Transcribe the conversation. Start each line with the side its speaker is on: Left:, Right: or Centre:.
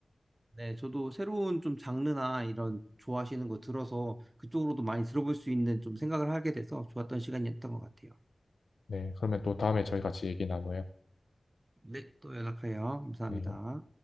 Right: 네, 저도 새로운 좀 장르나 이런 좋아하시는 거 들어서 그쪽으로도 많이 들어볼 수 있는 좀 생각을 하게 돼서 좋았던 시간이었던 것 같아요.
Left: 네, 그러면 또 다음에 저희 같이 얘기 나눠요.
Right: 네, 또 연락해요. 감사합니다.
Left: 네.